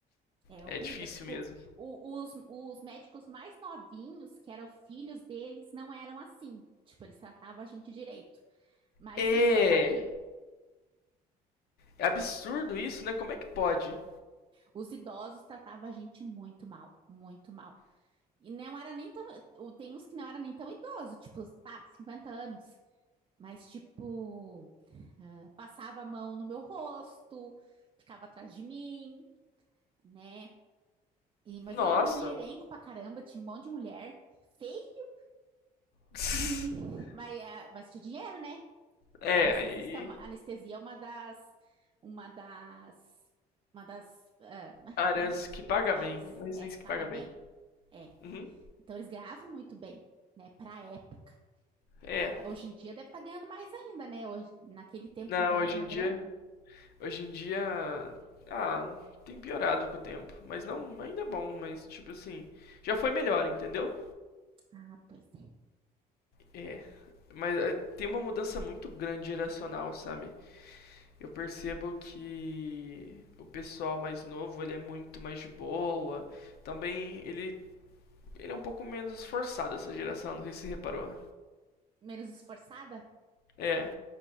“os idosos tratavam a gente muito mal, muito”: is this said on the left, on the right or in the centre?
Right